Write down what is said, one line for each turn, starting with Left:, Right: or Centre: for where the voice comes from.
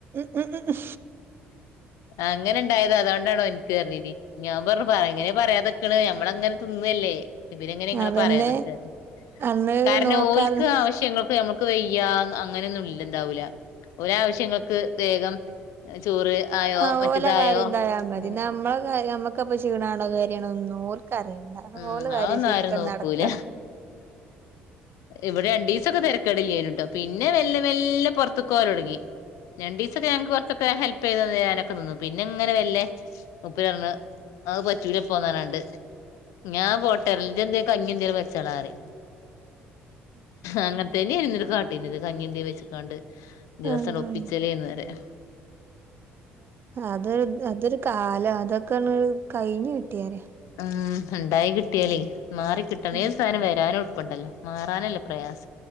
Right: ഉം ഉം ഉം
Left: അങ്ങനെ ഇണ്ടായതാ അതോണ്ടാണ് ഓൻക്ക് പറഞ്ഞിനി ഞാൻ പറഞ്ഞു പ എങ്ങനെ പറയാതിക്കണെ നമ്മളങ്ങനെ തിന്ന് അല്ലേ ഇവരിങ്ങനെ നിങ്ങളെ
Right: അതന്നെ
Left: പറയാതിക്കാന്ന്
Right: അന്ന്
Left: കാരണം
Right: നോക്കാതെ
Left: ഓൽക്ക് ആവശ്യങ്ങൾക്ക് നമ്മക്ക് വയ്യ അങ്ങനെയൊന്നും ഇല്ലണ്ടാവൂല ഓലെ ആവശ്യങ്ങൾക്ക് വേഗം ചോറ് ആയോ
Right: ആ
Left: മറ്റേതായോ
Right: ഓലെ കാര്യം ഇതായാ മതി.
Left: ഉം
Right: നമ്മളെ കാര്യ നമ്മുക്കപ്പെ ക്ഷീണാണോ കാര്യണോ ഒന്നും ഓല് ഓല്ക്ക് അറിയണ്ട
Left: ഉം
Right: ഓല് കാര്യം
Left: അതൊന്നും
Right: ശരിക്കങ്‌
Left: ആരും നോക്കൂല
Right: നട്ക്കണം.
Left: ഇവിടെ രണ്ടീസൊക്കെ തിരക്കേടില്ലേർന്നൂട്ടോ. പിന്നെ വെല്ല വെല്ല പുറത്തക്കു പോവാലൊട്ങ്ങി. രണ്ടീസൊക്കെ ഞങ്ങക്ക് കുറച്ചൊക്കെ ഹെൽപ് ചെയ്ത് തരാനും ഒക്കെ നിന്നു. പിന്നെ ഇങ്ങനെ മെല്ലെ മൂപ്പര് പറഞ്ഞു അത് പറ്റൂല ഇപ്പവന്നാണ്ട് ഞാൻ പോട്ടെ ഇജ്ജ് എന്തെ കഞ്ഞി എന്തെങ്കിലും വച്ചോളാ റിം അങ്ങനത്തേനി ഇനിന്നൊരു കാട്ടീനത് കഞ്ഞി എന്തെവെച്ചക്കാണ്ട് ദിവസങ്‌
Right: അതാണ്
Left: ഒപ്പിച്ചല്ലേന്ന് പറയുവാ
Right: അതൊരു അതൊരു കാലം അതൊക്കെയാണ് കഴിഞ്ഞ് കിട്ടിറയാ
Left: ഉം ഉണ്ടായി കിട്ടിയാലേ മാറി കിട്ടണെ
Right: ഉം
Left: ഏത് സാനം വരാനും എളുപ്പണ്ടല്ലോ മാറാനല്ലേ പ്രയാസം.